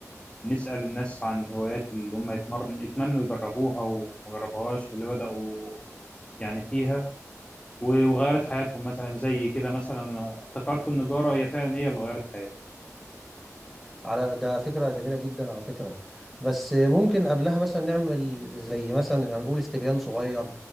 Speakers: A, on the left; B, in the centre.
A: نسال الناس عن هوايات اللي هم يتمرن يتمنوا يجربوها وما جربوهاش واللي بداوا يعني فيها و- وغيرت حياتهم مثلا زي كده مثلا أنا افتكرت النجاره هي فعلا هي اللي غيرت حياتي
B: على ده فكرة جميلة جدا على فكرة بس ممكن قبلها مثلا نعمل زي مثلا هنقول استبيان صغير